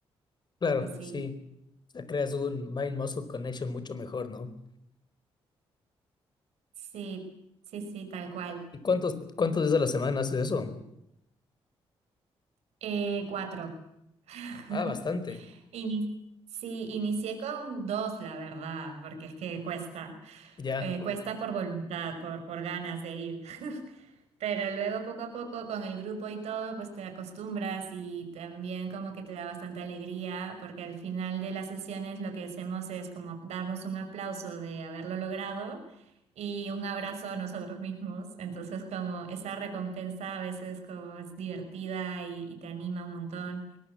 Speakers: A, on the left (about 45°); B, on the right (about 85°).
A: claro,
B: Pues sí,
A: sí. O sea, creas un mind-muscle connection mucho mejor, ¿no?
B: sí, sí, sí, tal cual.
A: ¿Y cuántos, cuántos días a la semana haces eso?
B: Eh, cuatro. <laughs>
A: Ah, bastante.
B: Ini- sí, inicié con dos, la verdad, porque es que cuesta.
A: Ya,
B: Eh, cuesta por voluntad, por, por ganas de ir. <laughs> Pero luego poco a poco con el grupo y todo, pues te acostumbras y también como que te da bastante alegría, porque al final de las sesiones lo que hacemos es como darnos un aplauso de haberlo logrado y un abrazo a nosotros <laughs> mismos. Entonces como esa recompensa a veces como es divertida y, y te anima un montón.